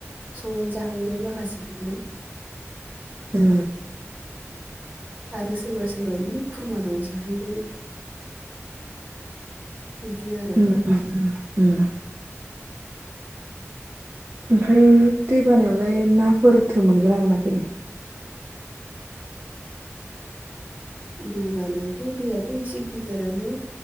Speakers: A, on the right; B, on the right.
A: संनानै जाहैगोन माखासिफोरनो।
B: उम
A: आरो सोरबा सोरबा बिदिनो खुरमानाव जाहैबाय। बिदि आरो
B: उम उम उम ओमफ्राय दै बानायावलाय नाफोर थो मोनगोना मोनाखै नो?
A: दै बानायावथ' दैयाथ' एसे गिदिरानो